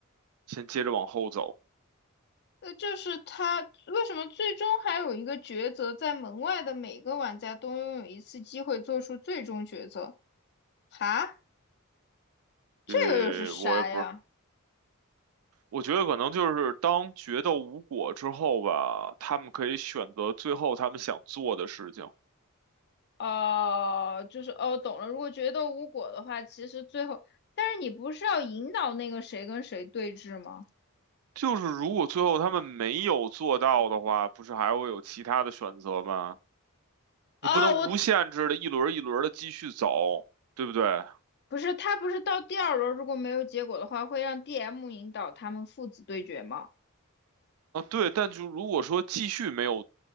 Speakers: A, on the right; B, on the left.
A: 先接着往后走。
B: 呃，就是他为什么最终还有一个抉择，在门外的每个玩家都拥有一次机会做出最终抉择？哈，这个又是啥呀？
A: 呃，我也不是，我觉得可能就是当决斗无果之后吧，他们可以选择最后他们想做的事情。
B: 哦，就是哦，懂了。如果决斗无果的话，其实最后，但是你不是要引导那个谁跟谁对峙吗？
A: 就是如果最后他们没有做到的话，不是还会有其他的选择吗？你不能无限制的一轮一轮的继续走，
B: 哦，我
A: 对不对？
B: 不是，他不是到第二轮如果没有结果的话，会让 DM 引导他们父子对决吗？
A: 啊，对，但就如果说继续没有，